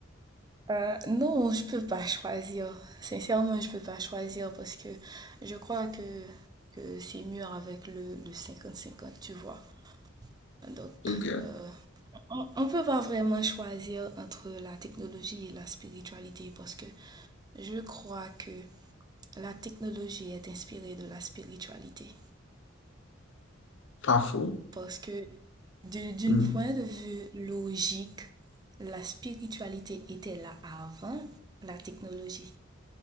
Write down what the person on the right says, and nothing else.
euh, non, je peux pas choisir. Sincèrement, je peux pas choisir parce que je crois que, que c'est mieux avec le, le cinquante cinquante tu vois. Donc,
euh, on, on peut pas vraiment choisir entre la technologie et la spiritualité parce que je crois que la technologie est inspirée de la spiritualité.
Parce que De- D'un
point de vue logique, la spiritualité était là avant la technologie.